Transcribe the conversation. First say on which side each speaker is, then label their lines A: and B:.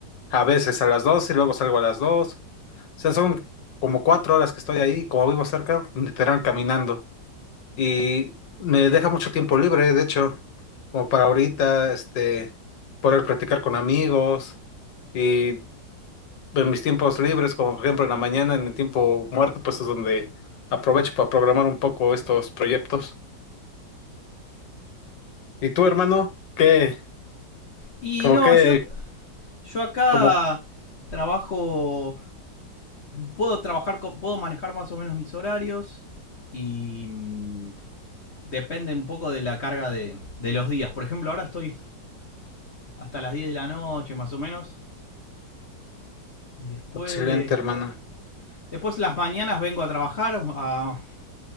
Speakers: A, on the left; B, on the left.
A: a veces a las 12 y luego salgo a las dos O sea, son como cuatro horas que estoy ahí, como vivo cerca, literal caminando. Y me deja mucho tiempo libre, de hecho, como para ahorita, este, poder platicar con amigos. Y en mis tiempos libres, como por ejemplo en la mañana, en el tiempo muerto, pues es donde aprovecho para programar un poco estos proyectos. ¿Y tú, hermano? ¿Qué?
B: Y
A: Como
B: no,
A: que,
B: yo, yo acá
A: como
B: trabajo, puedo trabajar, puedo manejar más o menos mis horarios y mm, depende un poco de la carga de, de los días. Por ejemplo, ahora estoy hasta las 10 de la noche más o menos y después,
A: excelente, hermano.
B: después las mañanas vengo a trabajar a